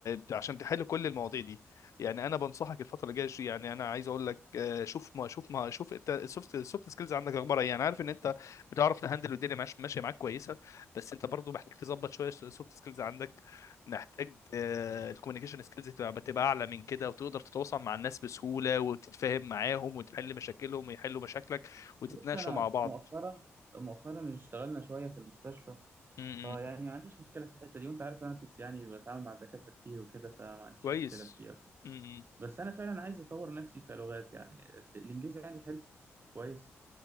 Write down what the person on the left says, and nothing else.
ت- عشان تحل كل المواضيع دي يعني انا بنصحك الفتره اللي جايه يعني انا عايز اقول لك آه، شوف ما شوف ما شوف انت السوفت السوفت سكيلز عندك اخبارها ايه. يعني عارف ان انت بتعرف تهندل والدنيا ماش- ماشيه معاك كويسه بس انت برضو محتاج تظبط شويه السوفت سكيلز عندك محتاج الكوميونيكيشن سكيلز تبقى بتبقى اعلى من كده وتقدر تتواصل مع الناس بسهوله وتتفاهم معاهم وتحل مشاكلهم ويحلوا مشاكلك وتتناقشوا
مع بعض
م-
م.
كويس
امم